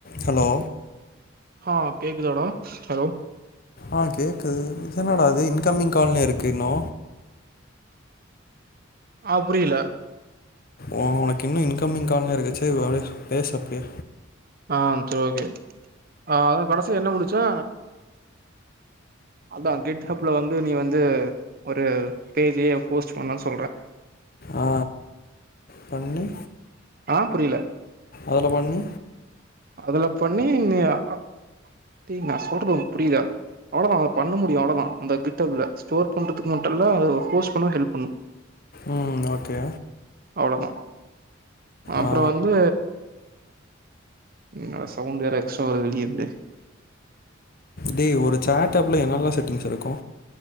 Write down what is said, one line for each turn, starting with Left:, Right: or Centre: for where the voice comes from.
Left: hello
Right: ஹ கேக்குதாடா hello
Left: ஆ கேக்குது இதெனடா இது இன்கம்மிங் கால்னு இருக்கு இன்னு
Right: ஆ புரியல
Left: உனகு இன்னு இன்கம்மிங் கால்னு இருக்கு சேரி அப்படியே பேசு அப்படியே
Right: ஆ சோ ஓகே ஆ அத கடைசி என்ன முடிச்சே அதா கிட்ஹபல வந்து நீ வந்து ஒரு பேஜயே ஹோஸ்ட் பண்லா சொல்றே
Left: ஆ பண்ணி
Right: ஆ புரியல
Left: அதல பண்ணி
Right: அதல பண்ணி நீ அ டேய் நா சொல்றது உனகு புரியிதா அவளோதா அத பண்ண முடியு அவளோத அந்த கிட்ஹப்ல ஸ்டோர் பண்றதுக்கு மட்டு தா ஹோஸ்ட் பண்ண ஹெல்ப் பண்ணு
Left: ம் ஓகே
Right: அவ்ளோதா அப்புறோ
Left: ஆ
Right: வந்து ம் என்ன டா சவுண்ட வேற எக்ஸ்ட்ரா வருது வெளியிருந்து
Left: டே ஒரு சேட் ஆப்ல என்னலா செட்டிங்ஸ் இருக்கு